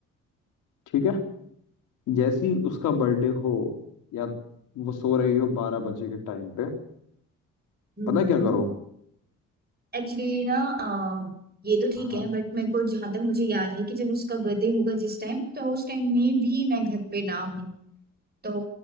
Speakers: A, on the left; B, on the right.
A: ठीक है जैसे ही उसका बर्थडे हो या वो सो रही हो बारह बजे के टाइम पे
B: हम्म
A: पता है क्या करो
B: एक्चुअली ना अ, ये तो ठीक
A: हाँ
B: है बट मेरे को जहाँ तक मुझे याद है कि जब उसका बर्थडे होगा जिस टाइम तो उस टाइम में भी मैं घर पे ना तो